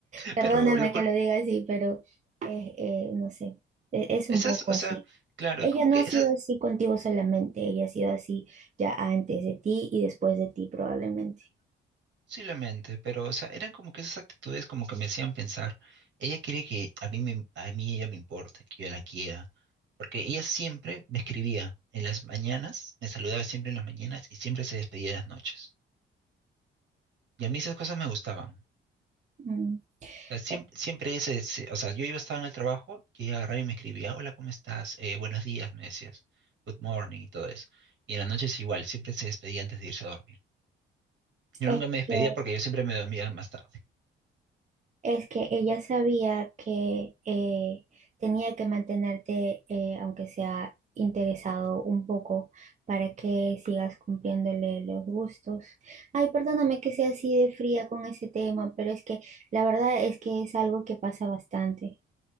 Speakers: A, on the right; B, on the right.
A: Perdóname
B: Pero lo cur-
A: que lo diga así, pero eh, eh, no sé, e- es
B: esas,
A: un poco
B: o
A: así.
B: sea, claro,
A: Ella
B: es como
A: no
B: que
A: ha
B: esa,
A: sido así contigo solamente, ella ha sido así ya antes de ti y después de ti probablemente.
B: Posiblemente, pero o sea, eran como que esas actitudes como que me hacían pensar, ella quiere que a mí me, a mí ella me importe, que yo la quiera, porque ella siempre me escribía en las mañanas, me saludaba siempre en las mañanas y siempre se despedía en las noches. Y a mí esas cosas me gustaban.
A: Mm,
B: O sea, siem-
A: e-,
B: siempre, ese, se- o sea, yo iba estaba en el trabajo y ella agarraba y me escribía, hola, ¿cómo estás? Eh, buenos días, me decías, good morning y todo eso. Y en las noches igual, siempre se despedía antes de irse a dormir. Yo
A: Es
B: nunca me despedía
A: que
B: porque yo siempre me dormía más tarde.
A: Es que ella sabía que eh, tenía que mantenerte, eh, aunque sea interesado un poco, para que sigas cumpliéndole los gustos. Ay, perdóname que sea así de fría con ese tema, pero es que la verdad es que es algo que pasa bastante.